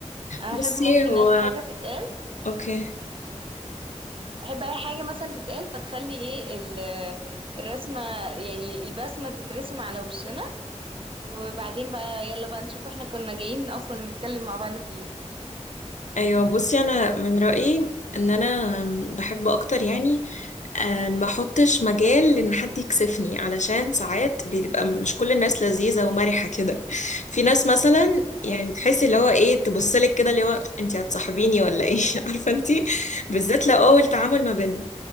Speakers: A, on the right; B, on the left.
A: انا
B: بصي
A: احب ممكن
B: هو
A: اي حاجة تتقال
B: اوكي
A: احب اي حاجة مثلا تتقال فتخلي ايه ال- الرسمة يعني البسمة تترسم على وشنا وبعدين بقى يلا بقى نشوف احنا كنا جايين اصلا نتكلم مع بعض في ايه
B: ايوه بصي انا من رايي ان انا بحب اكتر يعني آه، ما احطش مجال ان حد يكسفني علشان ساعات بيبقى مش كل الناس لذيذه ومرحه كده في ناس مثلا يعني
A: ايوه
B: تحسي اللي هو ايه تبصلك كده اللي هو انت هتصاحبيني ولا ايه <laughs> عارفه انت بالذات لو اول تعامل ما بيننا